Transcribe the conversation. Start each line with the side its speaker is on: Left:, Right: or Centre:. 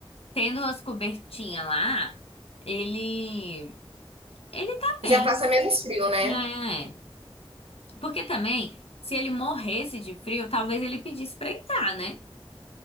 Left: tendo as cobertinhas lá, ele ele tá
Right: Já
Left: bem,
Right: passa menos frio, né?
Left: né? Porque também, se ele morresse de frio, talvez ele pedisse pra entrar, né?